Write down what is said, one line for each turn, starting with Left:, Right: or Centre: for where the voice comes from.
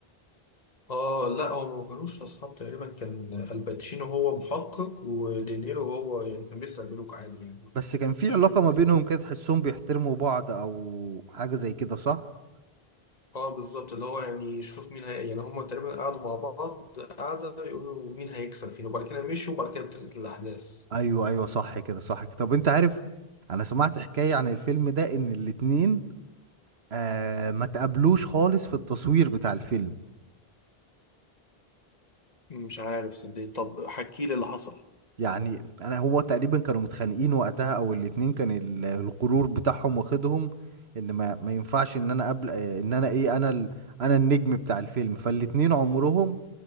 Left: اه لا هو ما كانوش اصحاب تقريبا كان الباتشينو هو محقق ودينيرو هو يعني كان بيسرق بنوك عادي يعني ما في-
Right: بس كان
Left: مفيش
Right: في علاقة
Left: حاجة جديدة
Right: ما بينهم كده تحسهم بيحترموا بعض او حاجة زي كده صح
Left: اه بالظبط اللي هو يعني شوف مين هي يعني هما تقريبا قعدوا مع بعض قعدة يقولوا مين هيكسب فينا وبعد كده مشوا وبعد كده ابتدت الأحداث
Right: ايوه ايوه صح كده صح كده طب انت عارف انا سمعت حكاية عن الفيلم ده ان الاتنين آه ما تقابلوش خالص في التصوير بتاع الفيلم
Left: مش عارف صدقني طب حكي لي اللي حصل
Right: يعني انا هو تقريبا كانوا متخانقين وقتها او الاتنين كان ال- الغرور بتاعهم واخدهم ان ما ما ينفعش ان انا قبل آه، ان انا ايه انا ال... انا النجم بتاع الفيلم فالاتنين عمرهم